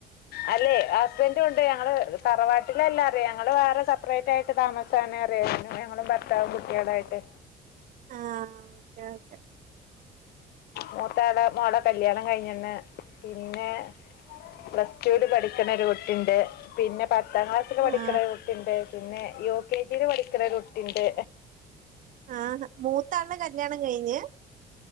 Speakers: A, on the left; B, on the right.
A: അല്ലേ ഹസ്ബൻഡും ഇണ്ട് ഞങ്ങള് തറവാട്ടിലല്ല പറയ ഞങ്ങള് വേറെ സെപ്പറേറ്റ് ആയിട്ട് താമസാണ് പറയായിരുന്നു ഞങ്ങളും ഭർത്താവും കുട്ടികളുവായിട്ട്
B: ആഹ് ഓക്കേ ഓക്കേ
A: മൂത്താളെ മോളെ കല്യാണം കഴിഞ്ഞ്ണ് പിന്നെ പ്ല സ് ടു വില് പഠിക്ക്ണ ഒരു കുട്ടിയിണ്ട് പിന്നെ പത്താം ക്ലാസ്സില്
B: ആ
A: പഠിക്ക്ണ ഒരു കുട്ടിണ്ട്. പിന്നെ യു. കെ. ജി യില് പഠിക്ക്ണൊരു കുട്ടിണ്ട്
B: ആഹ് മൂത്താളുടെ കല്യാണം കഴിഞ്ഞ്?